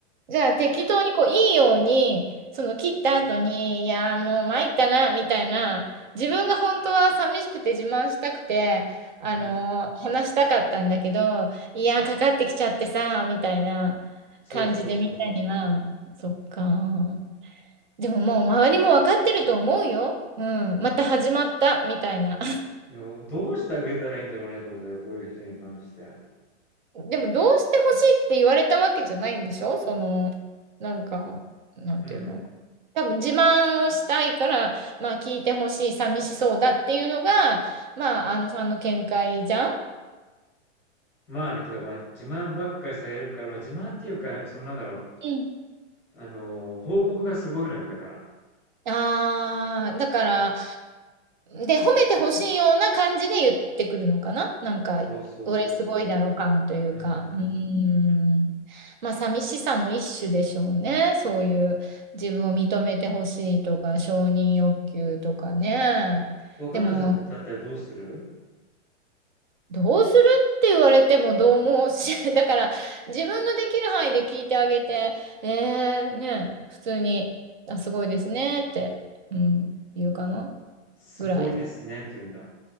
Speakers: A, on the right; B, in the centre.
A: じゃあ、適当にこう、いいように、その切った後に、いやーもう参ったな、みたいな、自分が本当は寂しくて自慢したくて、あのー話したかったんだけど、
B: うん、
A: いやーかかってきちゃってさ、みたいな感じでみんなには、
B: そうそうそうそう。
A: そっかー。でももう周りも分かってると思うよ。うん。また始まった、みたいな。
B: でもどうしてあげたらいいんだろうねと思ったらこういう人に関して。
A: でも、どうしてほしいって言われたわけじゃないんでしょその、なんか、なんていうの。
B: うん。
A: 多分自慢をしたいから、まあ聞いてほしい、寂しそうだっていうのが、まあ、あのさんの見解じゃん
B: まあね、とか、まあ自慢ばっかりされるから、まあ自慢っていうか、なんかそのなんだろ
A: うん
B: う、あの、報告がすごいのよ、だから。
A: ああ、だから、で、褒めてほしいような感じで言ってくるのかななんか、
B: そうそうそうそう。
A: 俺すごいだろ感というか、
B: うん。
A: うーん。まあ、寂しさの一種でしょうね。そういう自分を認めてほしいとか、承認欲求とかね。
B: 若菜さんだったらどうする
A: でも、どうするって言われてもどうもし、<laughs> だから、自分のできる範囲で聞いてあげて、えー、ね、普通に、あ、すごいですねって、うん、言うかな。
B: すごいですねって言うんだ。
A: ぐらい。